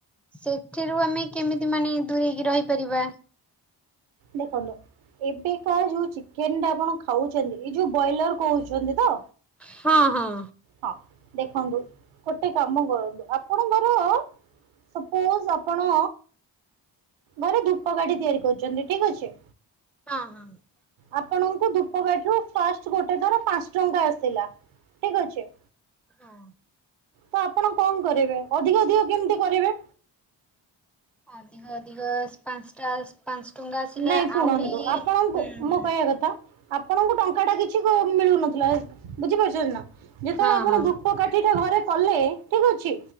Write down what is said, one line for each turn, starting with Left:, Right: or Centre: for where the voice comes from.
Centre: ସେଥିରୁ ଆମେ କେମିତି ମାନେ ଦୂରେଇକି ରହିପାରିବା?
Right: ଦେଖନ୍ତୁ ଏବେ କା ଯୋଉ ଚିକେନ ଟା ଆପଣ ଖାଉଛନ୍ତି। ଏଇ ଯୋଉ ବ୍ରଏଲର କହୁଛନ୍ତି ତ?
Centre: ହଁ, ହଁ।
Right: ହଁ, ଦେଖନ୍ତୁ ଗୋଟେ କାମ କରନ୍ତୁ, ଆପଣଙ୍କର ସପୋଜ ଆପଣ ଘରେ ଧୂପ ଗାଡି ତିଆରି କରୁଚନ୍ତି ଠିକ ଅଛି?
Centre: ହଁ, ହଁ।
Right: ଆପଣଙ୍କୁ ଧୂପକାଠ ର ଫାଷ୍ଟ ଗୋଟେ ଥର ପାଞ୍ଚ ଟଙ୍କା ଆସିଲା। ଠିକ ଅଛି?
Centre: ହଁ।
Right: ତ ଆପଣ କଣ କରିବେ? ଅଧିକ ଅଧିକ କେମିତି କରିବେ।
Centre: ଅଧିକ ଅଧିକ ପାଞ୍ଚଟା ପାଞ୍ଚ ଟଙ୍କା ଆସିଲେ
Right: ନାଇଁ ଶୁଣନ୍ତୁ।
Centre: ଆହୁରି ହୁଁ
Right: ଆପଣଙ୍କୁ, ମୁଁ
Centre: ହୁଁ।
Right: କହିବା କଥା ଆପଣଙ୍କୁ ଟଙ୍କା ଟା କିଛି କ ମିଳୁନଥିଲା, ବୁଝିପାରୁଛନ୍ତି ନା? ଯେତେବେଳେ
Centre: ହଁ
Right: ଆପଣ
Centre: ହଁ
Right: ଧୂପ କାଠିଟା ଘରେ କଲେ, ଠିକ ଅଛି?